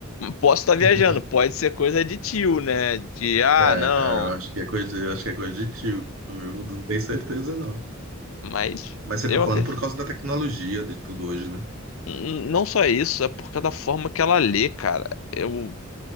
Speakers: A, on the left; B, on the right.
A: Posso estar
B: <laughs>
A: viajando, pode ser coisa de tio, né? De ah,
B: É,
A: não.
B: é, eu acho que é coisa, eu acho que é coisa de tio, viu? Não tenho certeza, não.
A: Mas
B: Mas você
A: eu
B: tá falando
A: acre-
B: por causa da tecnologia de tudo hoje, né?
A: N- não só isso, é por causa da forma que ela lê, cara. Eu